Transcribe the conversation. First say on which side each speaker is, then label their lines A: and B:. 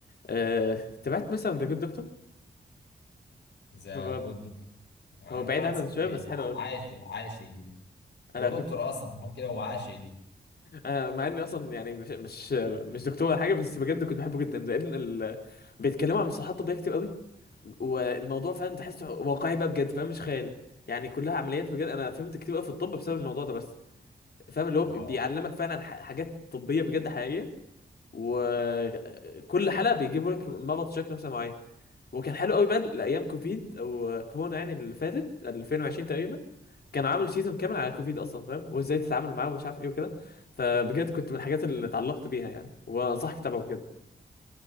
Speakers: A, on the left; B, on the left.
A: آه، تابعت مثلا ذا جود دكتور
B: ذا
A: هو
B: جود دكتور عندي
A: هو بعيد
B: واحد
A: عنه
B: صاحبي
A: شويه بس حلو قوي
B: عاشق عاشق ليه
A: انا
B: هو دكتور
A: كنت
B: اصلا عشان كده هو عاشق ليه
A: انا مع اني اصلا يعني مش مش مش دكتور ولا حاجه بس بجد كنت بحبه جدا لان ال... بيتكلموا عن مصطلحات طبيه كتير قوي والموضوع فاهم تحسه واقعي بقى بجد فاهم مش خيالي يعني كلها عمليات بجد انا فهمت كتير قوي في الطب بسبب الموضوع ده بس فاهم اللي هو بيعلمك
B: واو
A: فعلا ح- حاجات طبيه بجد حقيقيه وكل حلقه بيجيبوا لك مرض شكل مثلا معين وكان حلو قوي بقى لايام كوفيد او كورونا يعني اللي فاتت 2020 تقريبا كانوا عملوا سيزون كامل على كوفيد اصلا فاهم وازاي تتعامل معاه ومش عارف ايه وكده فبجد كنت من الحاجات اللي اتعلقت بيها يعني وانصحك تتابعه بجد